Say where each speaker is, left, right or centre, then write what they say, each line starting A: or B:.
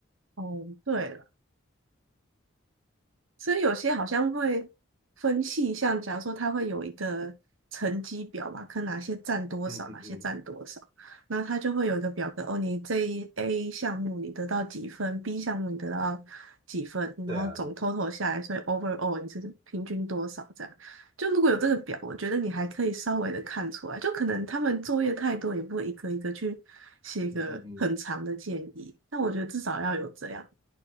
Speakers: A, on the right; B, on the right.
A: 哦，对了。所以有些好像会分细项，假如说它会有一个成绩表嘛，看哪些占多少，
B: 嗯嗯嗯，
A: 哪些占多少，然后它就会有一个表格，哦，你这一 A 项目你得到几分，B 项目你得到几分，
B: 对啊，
A: 然后总 total 下来，所以 overall 你是平均多少这样。就如果有这个表，我觉得你还可以稍微的看出来，就可能他们作业太多，也不会一个一个去写一个很长的建议，
B: 嗯嗯嗯，
A: 但我觉得至少要有这样。